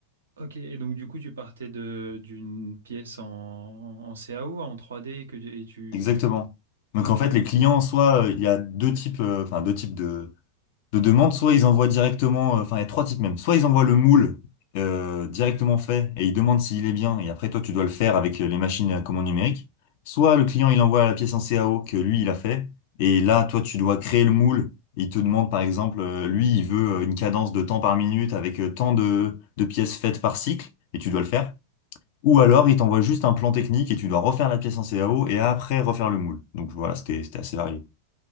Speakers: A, on the right (about 65°); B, on the left (about 45°).
A: OK et donc du coup, tu partais de d'une pièce en, en CAO, en 3D que tu, et tu,
B: Exactement.
A: tu-
B: Donc
A: OK.
B: en fait, les clients, soit euh, il y a deux types, euh, enfin deux types de de demande, soit ils envoient directement, euh, enfin il y a trois types même, soit ils envoient le moule euh, directement fait et ils demandent s'il est bien et après toi tu dois le faire avec euh, les machines à commande numérique, soit le client il envoie la pièce en CAO que lui il a fait et là toi tu dois créer le moule, il te demande par exemple, euh, lui il veut euh, une cadence de temps par minute avec euh, tant de, de pièces faites par cycle et tu dois le faire. Ou alors, il t'envoie juste un plan technique et tu dois refaire la pièce en CAO et après refaire le moule. Donc voilà, c'était, c'était assez varié.